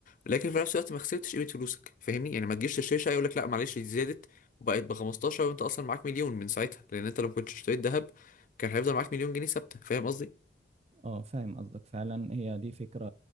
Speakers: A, on the left; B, on the right.
A: لكن في نفس الوقت ما خسرتش قيمة فلوسك فاهمني يعني ما تجيش تشتري شقة يقول لك لا معلش دي زادت وبقت ب 15 وانت اصلا معاك مليون من ساعتها لان انت لو كنت اشتريت ذهب كان هيفضل معاك مليون جنيه ثابتة فاهم قصدي؟
B: اه فاهم قصدك فعلا هي دي فكرة